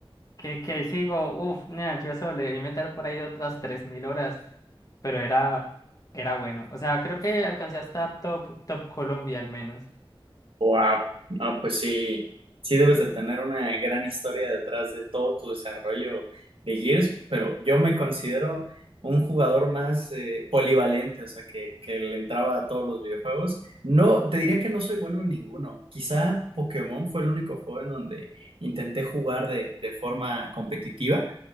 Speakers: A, on the left; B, on the right.
A: Que, que sigo, uff, yo eso le debí meter por ahí otras 3.000 horas, pero era, era bueno. O sea, creo que alcancé a estar top, top Colombia al menos.
B: Wow, no, pues sí, sí debes de tener una gran historia detrás de todo tu desarrollo de Gears, pero yo me considero un jugador más eh, polivalente, o sea, que, que le entraba a todos los videojuegos. No, te diría que no soy bueno en ninguno. Quizá Pokémon fue el único juego en donde intenté jugar de, de forma competitiva,